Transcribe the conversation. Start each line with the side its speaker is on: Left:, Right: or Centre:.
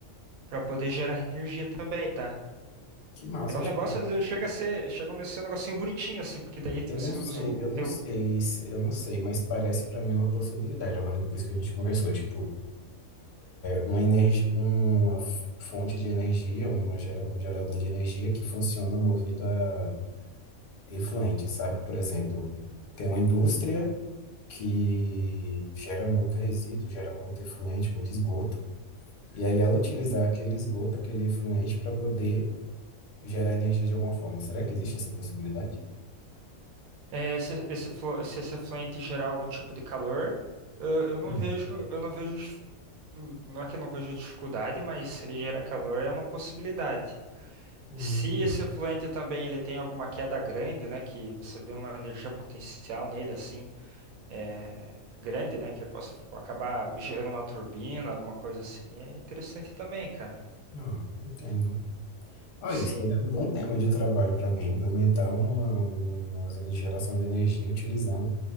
Right: para poder gerar energia também, tá?
Left: que massa,
Right: É um
Left: tipo,
Right: negócio, chega a ser, chega a ser um negocinho bonitinho, assim, porque daí
Left: eu
Right: você
Left: não sei,
Right: usa o
Left: eu
Right: o
Left: não
Right: teu
Left: sei, se- eu não sei, mas parece pra mim uma possibilidade agora depois que a gente conversou, tipo, uma, energia, uma fonte de energia, uma gera- um gerador de energia que funciona movido a efluente, sabe? Por exemplo, tem uma indústria que gera muito resíduo, gera muito efluente, muito esgoto, e aí ela utilizar aquele esgoto, aquele efluente, para poder gerar energia de alguma forma. Será que existe essa possibilidade?
Right: É, se esse, flu- se esse fluente gerar algum tipo de calor, eu, eu não
Left: Hum.
Right: vejo, eu não vejo, dif- não é que eu não vejo dificuldade, mas se ele gera calor é uma possibilidade.
Left: Hum.
Right: Se esse fluente também ele tem alguma queda grande, né, que você vê uma energia potencial nele assim, é, grande, né, que ele possa acabar gerando uma turbina, alguma coisa assim, é interessante também, cara.
Left: Ah, entendo. Ah,
Right: Sim.
Left: isso é um bom tema de um trabalho para alguém implementar uma, uma usina de geração de energia utilizando